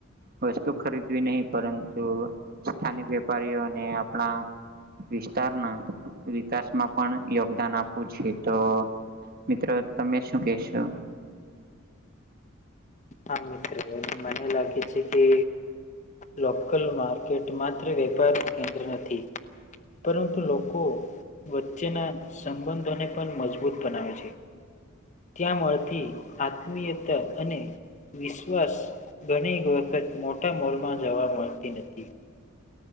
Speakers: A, on the right; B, on the left.
A: વસ્તુ ખરીદવી નહીિ પરંતુ સ્થાનિક વેપારીઓને આપણા વિસ્તારના વિકાસમાં પણ યોગ આપ તો મિત્રો તમે શું કેશો
B: હા મિત્ર મને લાગે છે કે લોકલ માર્કેટ માત્ર વેપાર ન કેન્દ્ર નથી પરંતુ લોકો વચ્ચેના સંબંધોને પણ મજબૂત બનાવે છે ત્યાં મળથી આત્મીયતા અને વિશ્વાસ ઘણી વખત મોટા મોલમાં જવા મળતી નથી